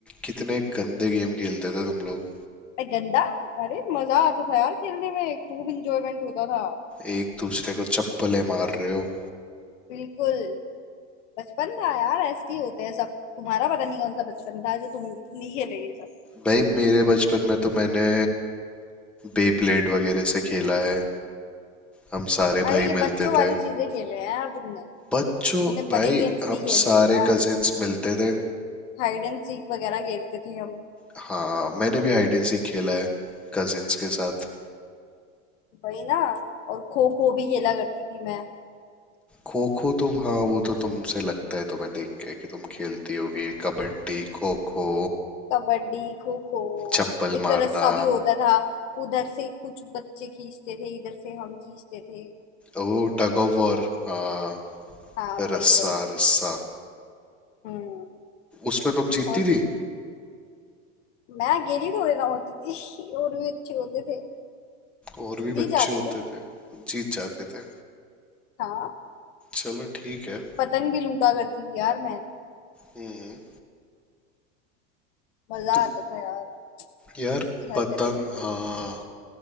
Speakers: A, in the centre; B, on the left.
A: कितने गंदे गेम खेलते थे तुम लोग
B: अरे गंदा अरे मजा आता था यार खेलने में खूब इंजॉयमेंट होता था
A: एक दूसरे को चप्पलें मार रहे हो
B: बिल्कुल बचपन था यार ऐसे ही होते हैं सब तुम्हारा पता नहीं कौन सा बचपन था जो तुम नहीं खेले ये सब
A: भाई मेरे बचपन में तो मैंने बेब्लेड वगैरह से खेला है हम सारे
B: अरे
A: भाई
B: ये
A: मिलते
B: बच्चों वाली
A: थे
B: चीजें खेले हैं यार तुमने
A: बच्चों
B: तुमने बड़े
A: भाई
B: गेम्स
A: हम
B: नहीं खेले
A: सारे
B: हैं यार
A: कजिन्स मिलते थे
B: हाइड एंड सीक वगैरह खेलते थे हम
A: हाँ मैंने भी हाइड एंड सीक खेला है कजिन्स के साथ
B: वही ना और खो खो भी खेला करती थी मैं
A: खो खो तो हाँ वो तो तुमसे लगता है तुम्हें देख के कि तुम खेलती होगी कबड्डी खो खो
B: कबड्डी खो खो
A: चप्पल
B: एक
A: मारना
B: रस्सा भी होता था उधर से कुछ बच्चे खींचते थे इधर से हम खींचते थे
A: ओ टग ऑफ वॉर हाँ
B: हाँ वही
A: रस्सा
B: वही
A: रस्सा
B: हम्म
A: उसमें तुम जीतती
B: और
A: थी
B: मैं अकेली थोड़ी ना होती थी <laughs> और भी अच्छे होते थे
A: और भी
B: जी
A: बच्चे
B: जाते
A: होते
B: थे
A: थे जीत जाते थे
B: हाँ
A: चलो ठीक है
B: पतंग भी लूटा करती थी यार मैं
A: हम्म
B: मजा
A: तो
B: आता था यार
A: यार
B: बस ये हरकतें
A: पतंग
B: करने
A: हाँ
B: में